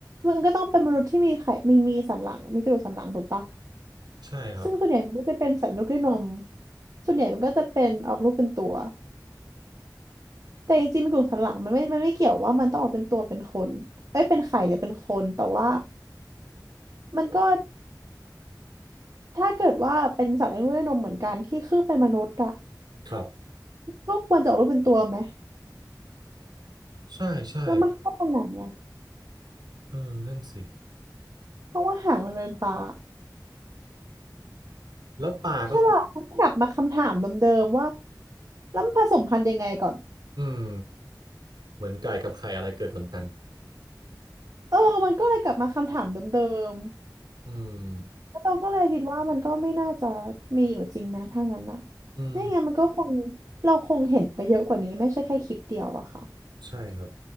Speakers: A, on the right; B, on the right.
A: มันก็ต้องเป็นมนุษย์ที่มีไขมีมีสันหลังมีกระดูกสันหลังถูกปะ
B: ใช่ใช่ครับ
A: ซึ่งส่วนใหญ่มันก็จะเป็นสัตว์ลูกด้วยนมส่วนใหญ่มันก็จะเป็นออกลูกเป็นตัวแต่จริงๆมีกลุ่มสันหลังมันไม่มันไม่เกี่ยวว่ามันต้องออกเป็นตัวเป็นคนเอ้ยเป็นไข่หรือเป็นคน แต่ว่ามันก็ถ้าเกิดว่าเป็นสัตว์ลูกด้วยนมเหมือนกันที่ครึ่งเป็นมนุษย์อะ
B: ครับ
A: ก็ควรจะออกลูกเป็นตัวไหม
B: ใช่ใช่
A: แล้วมันเข้าตรงไหนเนี่ย
B: เออนั่นสิ
A: เพราะว่าหางมันเป็นปลา
B: แล้วปลาก็คือ
A: ใช่ป่ะมันกลับมาคำถามเดิมๆว่าแล้วมันผสมพันธุ์ยังไงก่อน
B: อืม เหมือนไก่กับไข่อะไรเกิดก่อนกัน
A: เออมันก็เลยกลับมาคำถามเดิม
B: อืม
A: ตองก็เลยคิดว่ามันก็ไม่น่าจะมีอยู่จริงไหมถ้างั้นนะ
B: อืม
A: ไม่งั้นมันก็คงเราคงเห็นไปเยอะกว่านี้ไม่ใช่แค่คลิปเดียวอะค่ะ
B: ใช่ครับ